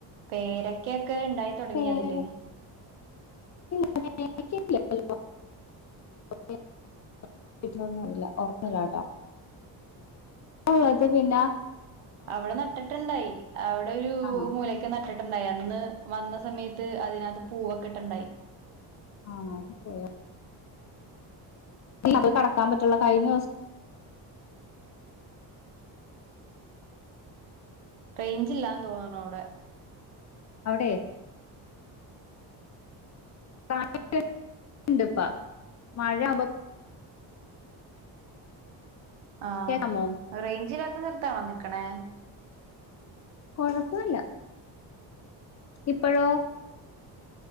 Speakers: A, on the right (about 80°); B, on the left (about 40°).
A: പേരെക്കെക്കെ ഇണ്ടായി തുടങ്ങി
B: പേര
A: അതില്
B: <unintelligible> <unintelligible> ട്ടാ ഉള്ളത് പിന്ന
A: അവടെ നട്ട്ട്ട്ണ്ടായി അവടെ ഒരു
B: ആണോ
A: മൂല ക്ക് നട്ടിട്ടുണ്ടായി അന്ന് വന്ന സമയത്ത് അതിനകത്ത് പൂവൊക്കെ ഇട്ട്ണ്ടായി
B: ആണോ <unintelligible> അത് കടക്കാൻ പറ്റ്ണ്ള്ള കഴിഞ്ഞ ദിവസ
A: റൈഞ്ച് ഇല്ലാന്ന് തോന്ന്ണ് അവ്ട
B: അവ്ടെ <unintelligible> ണ്ട്പ്പ മഴയാവുമ്പ
A: ആഹ്
B: കേക്കാമോ
A: റൈഞ്ച് ഇല്ലാത്ത സ്ഥലത്താണോ നിക്ക്ണേ
B: കൊഴപ്പല്ല ഇപ്പഴോ